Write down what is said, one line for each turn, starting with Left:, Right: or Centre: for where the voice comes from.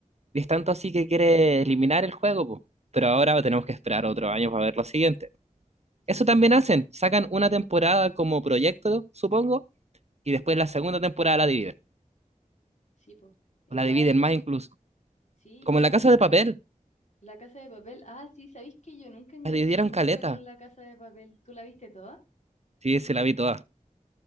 Right: Y es
Left: sí,
Right: tanto
Left: po,
Right: así que quiere eliminar el juego, po. Pero ahora tenemos que esperar otro año para ver lo siguiente.
Left: sí,
Right: Eso también hacen, sacan una temporada como proyecto, supongo, y después la segunda
Left: ujú,
Right: temporada la dividen.
Left: sí, po. Igual,
Right: O la dividen más incluso.
Left: sí,
Right: Como
Left: yo
Right: en La
Left: no
Right: Casa
Left: me espera.
Right: de Papel,
Left: La Casa de Papel, ah, sí, ¿sabéis que yo nunca enganché
Right: la dividieron
Left: mucho
Right: caleta.
Left: con La Casa de Papel? ¿Tú la viste toda?
Right: Sí, se la vi toda.